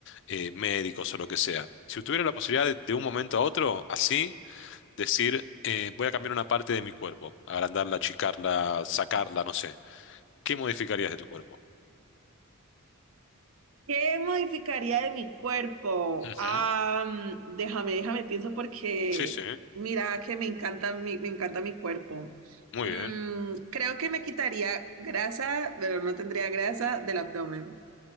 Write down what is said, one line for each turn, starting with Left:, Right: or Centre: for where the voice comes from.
Left: eh, médicos o lo que sea. Si tuviera la posibilidad de, de un momento a otro, así, decir, eh, voy a cambiar una parte de mi cuerpo, agrandarla, achicarla, sacarla, no sé, ¿qué modificarías de tu cuerpo?
Right: ¿Qué modificaría de mi cuerpo?
Left: Ujú,
Right: Ah, mm, déjame, déjame, pienso porque
Left: Sí, sí,
Right: mira que me encanta mi, me encanta mi cuerpo.
Left: muy
Right: Mm,
Left: bien.
Right: creo que me quitaría grasa, pero no tendría grasa del abdomen.